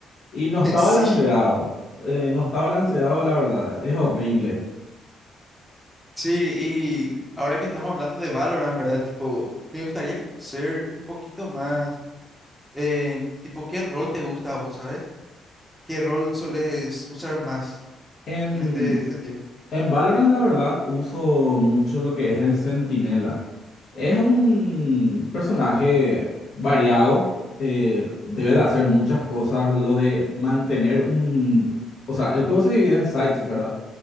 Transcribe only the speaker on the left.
Y no está
balanceado, eh, no está balanceado, la verdad, es horrible.
Em,
En Valorant, la verdad, uso mucho lo que es el Centinela. Es un personaje variado, eh, debe de hacer muchas cosas. Lo de mantener un... O sea, el juego se divide en sites, ¿verdad?